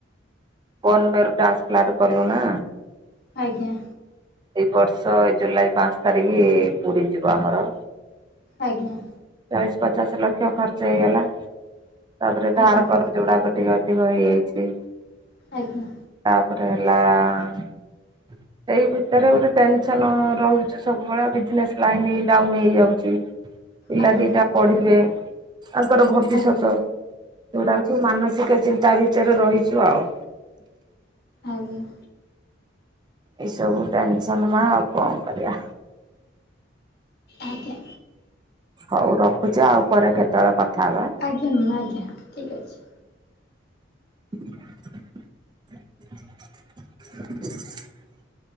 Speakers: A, on the right; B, on the left.
A: <unintelligible> ଟ୍ରାନ୍ସପ୍ଲାଣ୍ଟ କଲୁ ନା
B: ଆଜ୍ଞା।
A: ଏଇ ବର୍ଷ ଏଇ ଜୁଲାଇ ପାଞ୍ଚ ତାରିଖ୍ ପୁରୀ ଯିବ ଆମର।
B: ଆଜ୍ଞା।
A: ଚାଳିଶ ପଚାଶ ଲକ୍ଷ ଖର୍ଚ୍ଚ ହେଇଗଲା ତାପରେ ଧାର
B: ଆଜ୍ଞା
A: କରଜ ଗୁଡାକ ଟିକେ ଅଧିକ ହେଇଯାଇଚି।
B: ଆଜ୍ଞା।
A: ତାପରେ ହେଲା ଏଇ ଭି ଭିତରେ ଗୋଟେ ଟେନସନ ରହୁଚି ସବୁବେଳେ ବିଜିନେସ ଲାଇନ ଡାଉନ ହେଇଯାଉଚି। ପିଲା
B: ଆଜ୍ଞା
A: ଦିଟା ପଢିବେ ତାଙ୍କର ଭବିଷ୍ୟତ।
B: ଆଜ୍ଞା
A: ଯଉଟାକି ମାନସିକ ଚିନ୍ତା ଭିତରେ ରହିଚୁ ଆଉ।
B: ଆଜ୍ଞା।
A: ଏସବୁ ଟେନସନ୍ ମା ଆଉ କଁ କରିବା?
B: ଆଜ୍ଞା।
A: ହଉ ରଖୁଚି ଆଉ ପରେ କେତବେଳେ କଥା ହବା।
B: ଆଜ୍ଞା ମାମ୍ ଆଜ୍ଞା ଠିକ୍ ଅଛି।
A: <unintelligible>